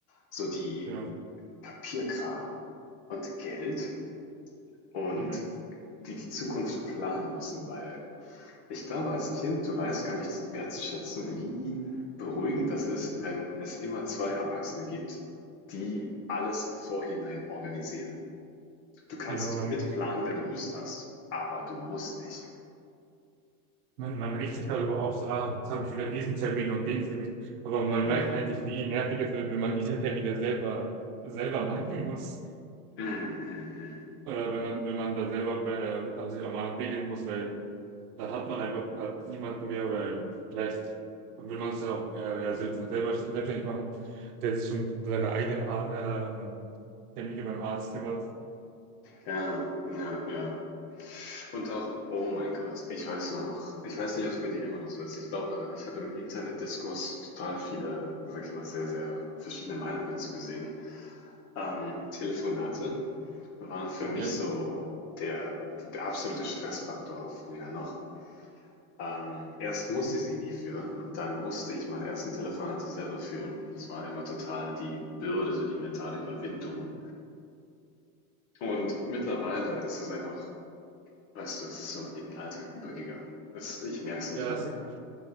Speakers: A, on the left; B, on the right.
A: So die
B: Ja.
A: Papierkram und Geld und
B: Mhm.
A: die die Zukunft planen müssen, weil ich glaube, als Kind, du weißt gar nicht wertzuschätzen, wie beruhigend das ist, wenn es immer zwei Erwachsene gibt, die alles im Vorhinein organisieren. Du kannst
B: Genau, man,
A: mitplanen, wenn du Lust hast, aber du musst nicht.
B: man, man regt sich darüber auf, so, ah, jetzt habe ich wieder diesen Termin und den Termin. Aber man
A: Mm.
B: merkt eigentlich, wie nervig es wird, wenn man diese Termine selber, selber machen muss.
A: Mhm, mhm.
B: Oder wenn man, wenn man da selber bei, also sich einmal regeln muss, weil dann hat man einfach äh, niemanden mehr, weil vielleicht will man es ja auch äh, ja, selbst- selber selbstständig machen, der sich um seine eigenen Ar ähm, Termine beim Arzt kümmert.
A: Ja, ja, ja. Und auch, oh mein Gott, ich weiß noch, ich weiß nicht, ob es bei dir immer noch so ist. Ich glaube, ich habe im Internetdiskurs total viele, sag ich mal, sehr, sehr verschiedene Meinungen dazu gesehen. Ähm, Telefonate waren für mich
B: Ja.
A: so der, der absolute Stressfaktor früher noch. Ähm, erst musste ich sie nie führen und dann musste ich meine ersten Telefonate selber führen. Und das war immer total die Bürde, so die mentale Überwindung. Und mittlerweile ist es einfach Weißt du, es ist so in den Alltag übergegangen. Das, ich merke es nicht
B: Ja,
A: mal
B: es
A: mehr.